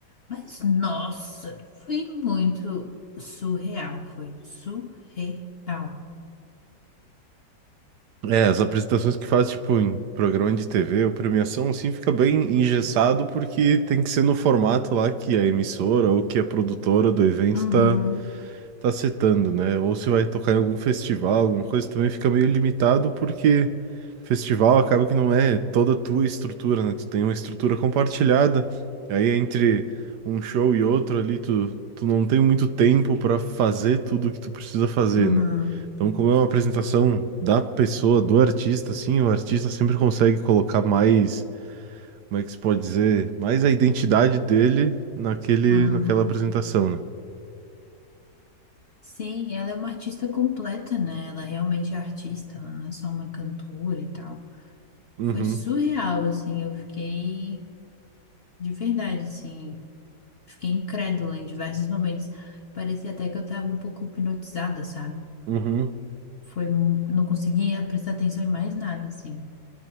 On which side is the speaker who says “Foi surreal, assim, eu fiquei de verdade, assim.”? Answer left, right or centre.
Left